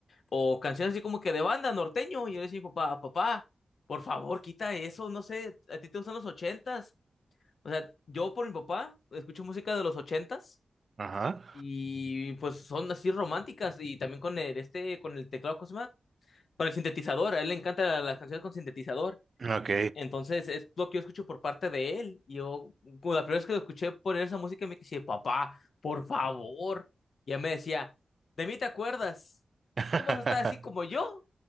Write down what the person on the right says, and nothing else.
Ajá.
Ok.
<laughs>